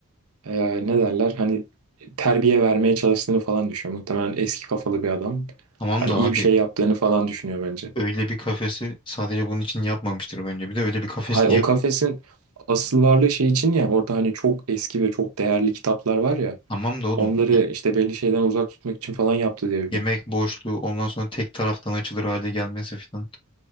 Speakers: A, on the right; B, on the left.
A: E, ne derler hani terbiye vermeye çalıştığını falan düşünüyor. Muhtemelen eski kafalı bir adam.
B: Tamam
A: Hani
B: da
A: iyi
B: abi
A: bir şey yaptığını falan düşünüyor bence.
B: öyle bir kafesi sadece bunun için yapmamıştır bence. Bir de öyle bir kafes
A: Hay
B: niye?
A: o kafesin asıl varlığı şey için ya orada hani çok eski ve çok değerli kitaplar var ya
B: Tamam da oğlum
A: onları
B: y-
A: işte belli şeyden uzak tutmak için falan yaptı diye biliyorum.
B: yemek boşluğu ondan sonra tek taraftan açılır hale gelmesi falan